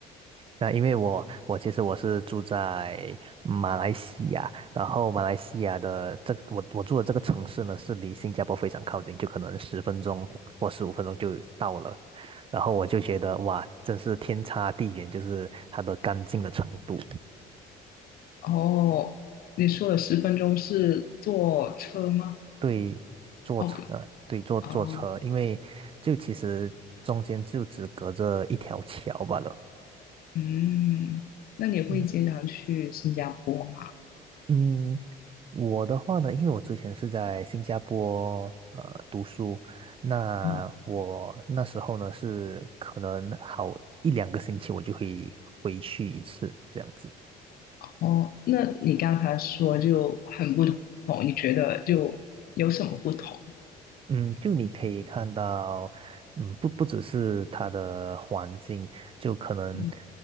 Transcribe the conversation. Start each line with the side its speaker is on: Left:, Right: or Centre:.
Right: 那因为我我其实我是住在马来西亚，然后马来西亚的这个我我住的这个城市呢，是离新加坡非常靠近，就可能十分钟或十五分钟就到了。然后我就觉得哇，真是天差地远，就是它的干净的程度。
Left: 哦，你说的十分钟是坐车吗？
Right: 对，坐车，
Left: 哦不，
Right: 呃对，坐坐车，
Left: 哦，
Right: 因为就其实中间就只隔着一条桥罢了。
Left: 嗯，那你会经常去新加坡吗？
Right: 嗯嗯，我的话呢，因为我之前是在新加坡呃读书，那我那时候呢是可能好一两个星期我就会回去一次这样子。
Left: 啊。哦，那你刚才说就很不同，你觉得就有什么不同？
Right: 嗯，就你可以看到，嗯，不不只是他的环境，就可能，
Left: 嗯，